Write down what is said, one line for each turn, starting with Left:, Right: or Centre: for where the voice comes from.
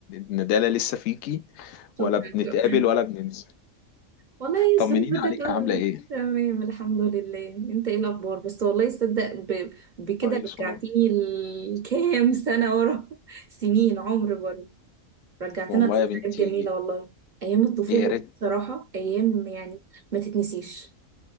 Left: الندالة لسه فيكي
Right: شكرا
Left: ولا بنتقابل
Right: شكرا
Left: ولا بننزل
Right: والله هي الظروف
Left: طمنينا
Right: بتبقى
Left: عليك عامله ايه
Right: تمام الحمد لله انت ايه الاخبار بس والله صدق ب... بكده
Left: كويس
Right: رجعتيني
Left: والله
Right: لكام سنه ورا <laughs> سنين عمر برضه رجعتنا
Left: والله
Right: لذكريات
Left: يا بنتي
Right: جميله والله ايام الطفوله
Left: يا ريت
Right: دي بصراحه ايام يعني ما تتنسيش